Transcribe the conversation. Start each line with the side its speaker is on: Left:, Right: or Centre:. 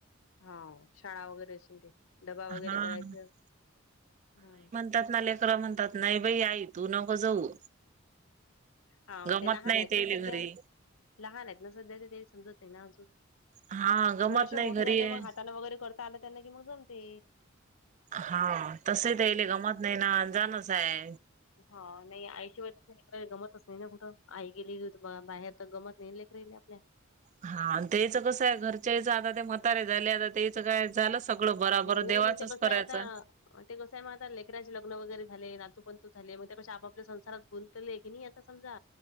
Left: हो. शाळा वगैरे सुरु. डबा
Right: हा
Left: वगैरे करायचा. हा.
Right: त्यातन लेकर म्हणतात. नाही बाई आई तू नको जाऊ.
Left: हा.
Right: गमत
Left: ते लहान
Right: नाही
Left: आहेत
Right: तेले
Left: ना सध्या?
Right: घरी
Left: लहान आहेत ना सध्या? ते काही समजत नाही ना अजून.
Right: हा. गमत
Left: थोडेसे
Right: नाही
Left: मोठे
Right: घरी
Left: झाले. मग हातानं वगैरे करता आलं त्यांना की मग जमते.
Right: हा. तसही त्यांले
Left: हम्म.
Right: जमत नाही ना? जाणच आहे.
Left: हा. नाही आईची वेळ <unintelligible> जमतच नाही ना कुठं. आई गेलेली बाहेर. जमत नाही ना लेकरायले आपल्या.
Right: हा. त्येनंच कसं आहे? घरच्याईच आता ते म्हतारे झाले आता ते- काय झालं सगळं बराबर.
Left: नाही
Right: देवाचंच
Left: मग ते कसं
Right: करायचं.
Left: आहे आता ते कसं आहे मग आता? लेकराचे लग्न वगैरे झाले. नातूपंतू झाले. मग ते कसे आपल्या संसारात- गुंतले की नाही आता समजा.